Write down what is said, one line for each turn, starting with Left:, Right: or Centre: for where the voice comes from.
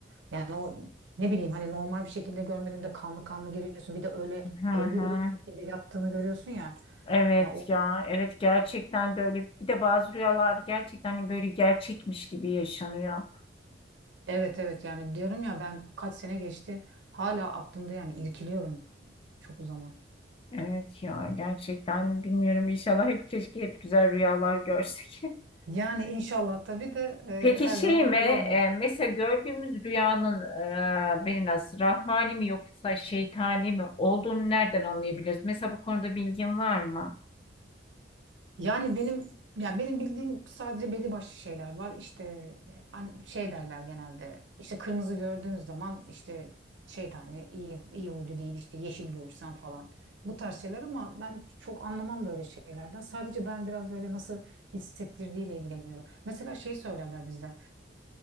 Right: Yani o ne bileyim hani normal bir şekilde görmediğinde kanlı kanlı geliyorsun. Bir de öyle
Left: Hı
Right: ölü
Left: hı.
Right: ölü bir şekilde yattığını görüyorsun ya.
Left: Evet
Right: Ya o
Left: ya, evet gerçekten de öyle. Bir de bazı rüyalar gerçekten hani böyle gerçekmiş gibi yaşanıyor.
Right: evet evet yani diyorum ya ben kaç sene geçti hala aklımda yani irkiliyorum çok o zaman.
Left: Evet ya, gerçekten bilmiyorum. İnşallah hep keşke hep güzel rüyalar görsek.
Right: Yani inşallah tabii de
Left: <laughs> Peki
Right: e, her
Left: şey
Right: zaman
Left: mi, e,
Right: öyle olmuyor.
Left: mesela gördüğümüz rüyanın e, bir nasıl rahmani mi yoksa şeytani mi olduğunu nereden anlayabiliriz? Mesela bu konuda bilgin var mı?
Right: Yani benim ya benim bildiğim sadece belli başlı şeyler var. İşte an- şey derler genelde. İşte kırmızı gördüğün zaman işte şeytani, iyi iyi huylu değil işte yeşil görürsen falan. Bu tarz şeyler ama ben çok anlamam böyle şeylerden. Sadece ben biraz böyle nasıl hissettirdiğiyle ilgileniyorum. Mesela şey söylerler bizde.